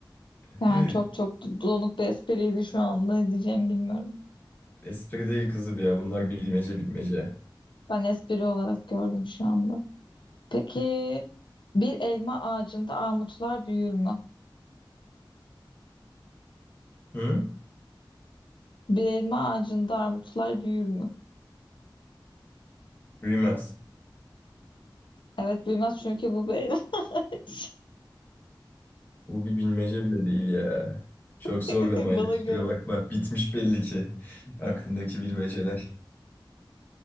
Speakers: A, on the left; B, on the left.
A: <laughs>
B: Yani çok çok donuk bir espriydi şu anda. Ne diyeceğimi bilmiyorum.
A: Espri değil kızı bir ya. Bunlar bilmece bilmece.
B: Ben espri olarak gördüm şu anda. Peki bir elma ağacında armutlar büyür mü?
A: Hı?
B: Bir elma ağacında armutlar büyür mü?
A: Büyümez.
B: Evet büyümez çünkü bu bir elma ağacı.
A: Bu bir bilmece bile değil ya. Çok
B: <laughs>
A: zorlamaydı
B: Bana
A: kusura
B: göre.
A: bakma. Bitmiş belli ki <laughs> aklındaki bilmeceler.